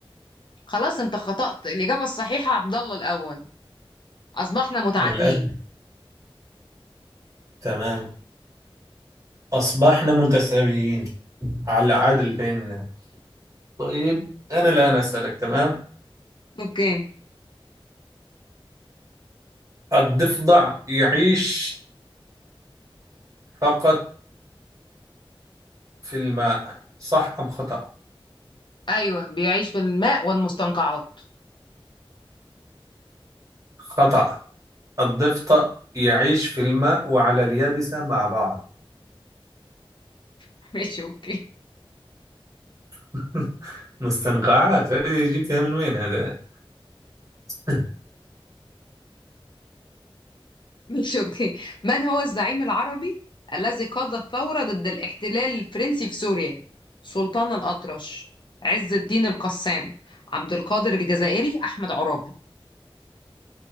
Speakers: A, on the left; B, on the right.
A: خلاص أنت خطأت الإجابة الصحيحة عبد الله الأول أصبحنا متعادلين
B: للأسف تمام أصبحنا متساويين على العدل بيننا طيب أنا الآن أسألك تمام
A: أوكي
B: الضفدع يعيش فقط في الماء صح أم خطأ؟
A: أيوه بيعيش في الماء والمستنقعات
B: خطأ الضفدع يعيش في الماء وعلى اليابسة مع بعض
A: <laughs> ماشي أوكي
B: <laughs> مستنقعات هذه جبتها من وين هذا؟ <laughs>
A: ماشي أوكي من هو الزعيم العربي الذي قاد الثورة ضد الاحتلال الفرنسي في سوريا سلطان الأطرش عز الدين القسام عبد القادر الجزائري أحمد عرابي